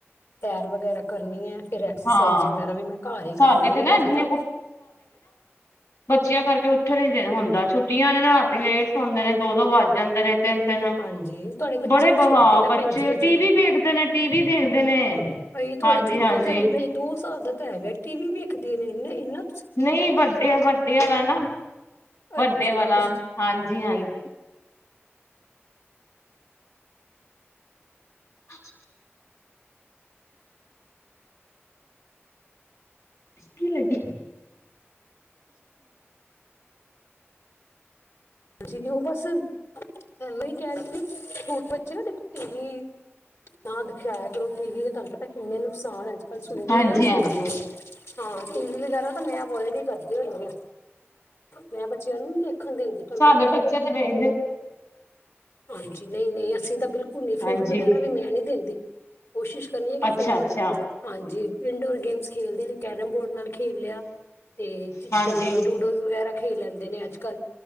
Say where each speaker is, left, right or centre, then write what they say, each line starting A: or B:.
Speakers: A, on the left; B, on the left.
A: ਸੈਰ ਵਗੈਰਾ ਕਰਨੀ ਹੈ। ਫਿਰ ਐਕਸਰਸਾਈਜ਼
B: ਹਾਂ
A: ਵਗੈਰਾ ਵੀ ਮੈਂ ਘਰ ਹੀ ਕਰ
B: ਸਾਡੇ
A: ਲੈਂਦੀ
B: ਤੇ ਨਾ
A: ਹ
B: ਇਨੀ
A: ਅਜੇ ਤਾਂ।
B: ਬੱਚੀਆਂ ਕਰਕੇ ਉੱਠਣ ਨੀ ਦੇ ਹੁੰਦਾ ਛੁੱਟੀਆਂ ਨੇ ਨਾ ਰਾਤੀ ਲੇਟ ਸੁਣਦੇ ਨੇ ਦੋ-ਦੋ ਵਜ ਜਾਂਦੇ ਨੇ। ਤਿੰਨ ਤਿੰਨ
A: ਹਾਂਜੀ ਤੁਹਾਡੇ ਬੱਚੇ
B: ਬੜੇ
A: ਵੀ
B: ਬੱਚੇ
A: ਛੋਟੇ ਨਾ ਭੈਣ ਜੀ ਹਜੇ
B: ਟੀ ਵੀ ਦੇੇਖਦੇ ਨੇ ਟੀਵ ਦੇਖਦੇ ਨੇ
A: ਭਾਈ ਥੋੜਾ
B: ਹਾਂਜੀ
A: ਛੋਟਾ
B: ਹਾਂਜੀ
A: ਜਿਹਾ ਵੀ। ਹਜੇ ਦੋ ਸਾਲ ਦਾ ਤਾਂ ਹੈਗਾ ਟੀ ਵੀ ਵੇਖਦੇ ਨੇ ਇਹਨਾਂ ਇਹਨਾਂ।
B: ਨਹੀਂ ਵੱਡੇ ਵੱਡੇ ਵਾਲਾ ਨਾ ਵੱਡੇ
A: ਅੱਛਾ
B: ਵਾਲਾ ਹਾਂਜੀ ਹਾਂਜੀ। ਅੱਛਾ। ਕੀ ਲੱਗਿਆ
A: ਹਾਂਜੀ ਉਹ ਵੀ ਬਸ ਐਨਾ ਕਹਿ ਰਹੀ ਸੀ ਬੱਚੇ ਨਾ ਦੇਖੋ ਟੀ ਵੀ ਨਾ ਦਿਖਾਇਆ ਕਰੋ ਉਹ ਟੀ ਵੀ ਦੇ ਤੁਹਾਨੂੰ ਪਤਾ ਕਿੰਨੇ। ਨੁਕਸਾਨ ਅੱਜ ਕੱਲ੍ਹ ਸੁਣਦੇ
B: ਹਾਂਜੀ
A: ਹੀ ਅਸੀਂ।
B: ਹਾਂਜੀ
A: ਹਾਂ ਟੀ ਵੀ ਵਗੈਰਾ ਤਾਂ ਮੈਂ ਔਲਰੈਡੀ ਕਰਦੀ ਹੋਈ ਹਾਂ ਮੈਂ ਬੱਚਿਆਂ ਨੂੰ ਨੀ ਦੇਖਣ ਦਿੰਦੀ। ਤੁਹਾਨੂੰ
B: ਸਾਡੇ
A: ਪਤਾ ਦੇਖੋ
B: ਬੱਚੇ ਤੇ ਵੇਖ ਦੇ।
A: ਹਾਂਜੀ ਨਹੀਂ ਨਹੀਂ ਅਸੀਂ ਤਾਂ ਬਿਲਕੁਲ।
B: ਹਾਂਜੀ
A: ਫੋਨ ਵਗੈਰਾ ਵੀ ਮੈਂ ਨੀ ਦਿੰਦੀ। ਕੋਸ਼ਿਸ਼ ਕਰਨੀ ਹੈ ਕਿ
B: ਅੱਛਾ
A: ਫੋਨ
B: ਅੱਛਾ
A: ਹਾਂਜੀ। ਇੰਡੋਰ ਗੇਮਸ ਖੇਲਦੇ ਨੇ ਕੈਰਮ ਬੋਰਡ। ਨਾਲ ਖੇਲ ਲਿਆ ਤੇ ਜਿੱਦਾਂ
B: ਹਾਂਜੀ
A: ਲੂਡੋ ਵਗੈਰਾ ਖੇਲ ਲੈਂਦੇ ਨੇ ਅੱਜ। ਕੱਲ।